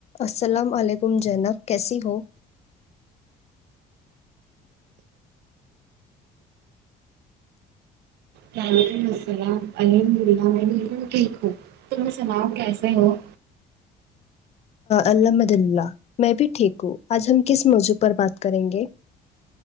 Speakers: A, on the left; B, on the right.
A: السلام علیکم زینب کیسی ہو
B: وعلیکم السلام الحمد اللہ میں بالکل ٹھیک ہوں تمیں سناؤ کیسے ہو
A: الحمد اللہ میں بھی ٹھیک ہوں آج ہم کس موضوع پر بات کریں گے